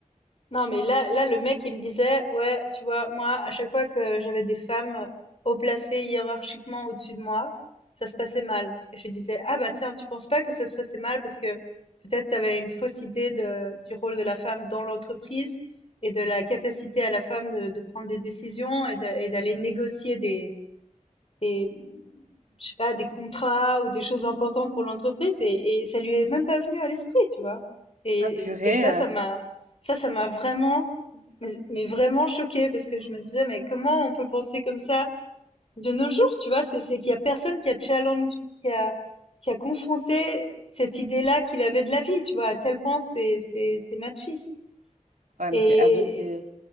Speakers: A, on the left; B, on the right.
A: Non, mais là, là, le mec, il me disait, ouais, tu vois, moi, à chaque fois que j'avais des femmes haut placées hiérarchiquement au-dessus de moi, ça se passait mal. Et je disais, ah bah tiens, tu penses pas que ça se passait mal parce que peut-être tu avais une fausse idée de, du rôle de la femme dans l'entreprise et de la capacité à la femme de, de prendre des décisions et de- et d'aller négocier des, des, je sais pas, des contrats ou des choses importantes pour l'entreprise et, et ça lui est même pas venu à l'esprit, tu vois. Et,
B: Ah purée,
A: et ça,
B: heu,
A: ça m'a, ça, ça m'a vraiment, mais, mais vraiment choqué parce que je me disais, mais comment on peut penser comme ça de nos jours, tu vois? C'est, c'est qu'il y a personne qui a challenge, qui a, qui a confronté cette idée-là qu'il avait de la vie, tu vois. À tel point, c'est, c'est, c'est machiste.
B: ouais, mais
A: Et,
B: c'est abusé.